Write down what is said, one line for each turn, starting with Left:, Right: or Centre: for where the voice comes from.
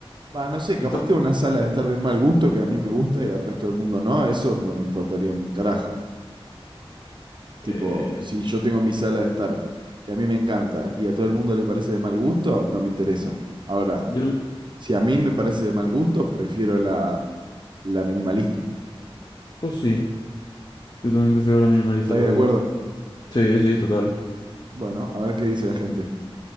Right: Va, no sé, capaz
Left: Yo, ta-
Right: tengo una sala de estar de mal gusto que a mí me gusta y al resto del mundo no, eso no me importaría un carajo. Tipo,
Left: eh,
Right: si yo tengo mi sala de estar, que a mí me encanta y a todo el mundo le parece de mal gusto, no me interesa. Ahora,
Left: yo,
Right: si a mí me parece de mal gusto, prefiero la, la minimalista.
Left: pues sí, yo también prefiero la minimalista,
Right: ¿Estáis
Left: la
Right: de
Left: verdad.
Right: acuerdo?
Left: Sí, sí, total.
Right: Bueno, a ver qué dice la gente.